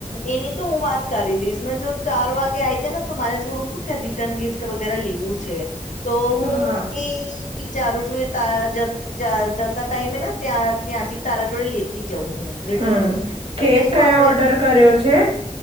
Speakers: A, on the left; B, on the right.
A: એની તો હું વાત કરી લઈશ ને જો ચાર વાગે આ આવી જાય ને તો માને થોડું શું કે રિટર્ન ગિફ્ટ વગેરે લેવું છે. તો હું
B: હા
A: એ ચારું છું એ તા જત જતા ટાઈમેને ત્યાં ત્યાં થી તારા જોડે લેતી જઉં હું. રિટર્ન
B: હમ્મ
A: ગિફ્ટ
B: કેક
A: એટલે શું
B: કયો
A: આપડે
B: ઓર્ડર કર્યો છે?